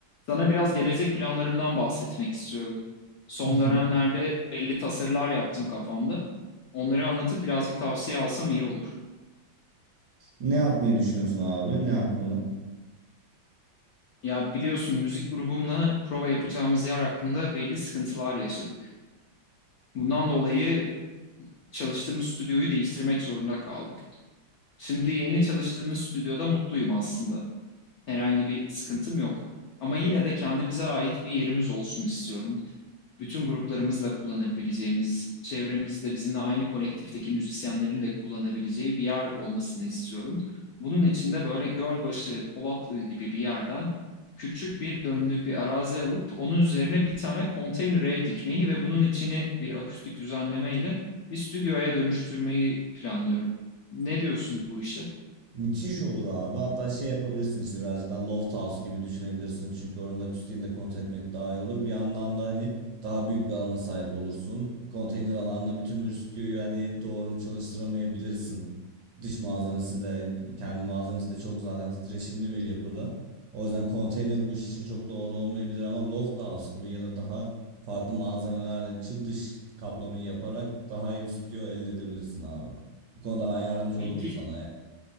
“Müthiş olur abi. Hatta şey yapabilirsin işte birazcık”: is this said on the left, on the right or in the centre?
Right